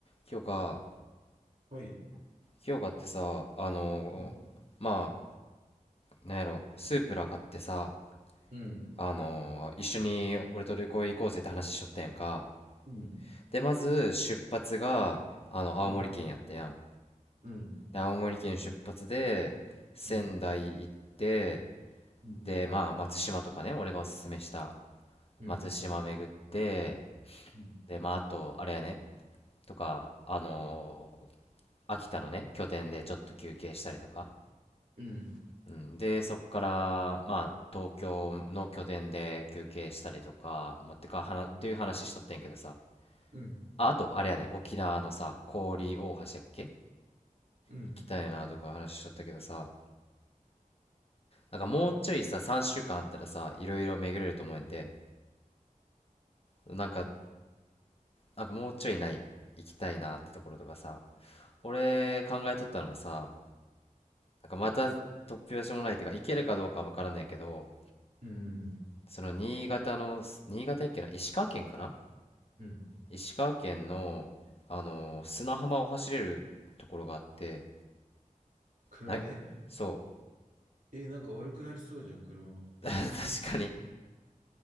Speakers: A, on the left (about 45°); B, on the right (about 75°).
A: 清香、
B: はい。
A: 清香ってさ、あのーま
B: うん、
A: あ、なんやろ、スープラ買ってさ、
B: うん、
A: あのー一緒に俺と旅行行こうぜって話しちょったやんか。
B: うん、
A: で、まず出発が、あの、青森県やったやん。
B: うん、うん、うん、
A: で、青森県出発で、仙台行って、
B: うん、うん、
A: で、まあ、松島とかね、俺がおすすめした
B: うん、
A: 松島巡って、
B: うん、
A: で、まあ、あと、あれやね、とか、あのー秋田のね、拠点でちょっと休憩したりとか。
B: うん、
A: うん、で、そこから、まあ、東京の拠点で休憩したりとか、まあ、てか、はな、っていう話しとってんけどさ。
B: うん、
A: あ、あと、あれやね、沖縄のさ、氷大橋やっけ
B: うん、
A: 行きたいなとか話しとったけどさ、なんかもうちょいさ、3週間あったらさ、いろいろ巡れると思えんて、なんか、なんかもうちょいない、行きたいなってところとかさ、俺考えとったのはさ、なんかまた突拍子もないっていうか、行けるかどうかわからんねんけど、
B: うん、
A: その新潟の、新潟やっけな、石川県かな
B: うん、
A: 石川県の、あのー砂浜を走れるところがあって、
B: 車で
A: な、そ
B: え、なんか悪くなりそうじゃん、車。
A: う、<laughs> 確かに、